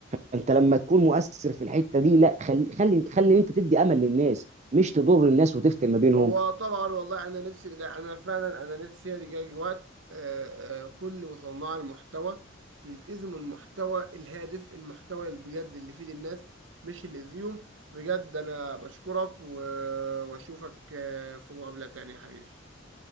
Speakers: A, on the right; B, on the right.
A: فانت لما تكون مؤثر في الحته دي لا خلي خلي خلي انت تدي امل للناس مش تضر الناس وتفتن ما بينهم
B: هو طبعا والله انا نفسي ده انا فعلا انا نفسي يجي وقت آه، آه، كل مصنع المحتوى يلتزموا المحتوى الهادف المحتوى اللي بجد اللي يفيد الناس مش اللي يأذيهم بجد انا بشكرك و- واشوفك آه، في مقابلة تانية يا حبيبي